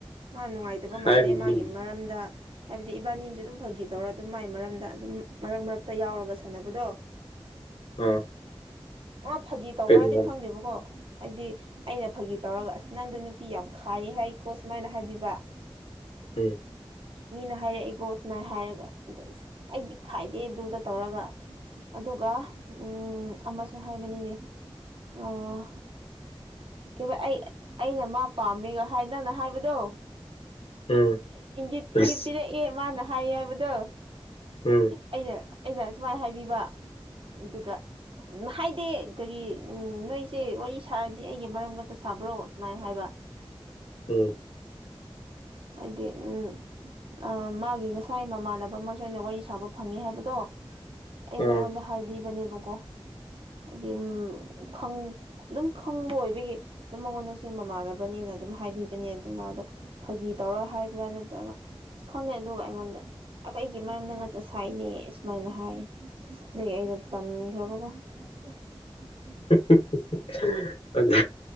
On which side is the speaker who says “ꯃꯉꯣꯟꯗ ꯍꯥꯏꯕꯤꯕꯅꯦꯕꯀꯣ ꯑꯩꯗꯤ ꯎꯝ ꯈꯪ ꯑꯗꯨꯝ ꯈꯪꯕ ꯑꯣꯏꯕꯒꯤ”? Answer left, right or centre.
Right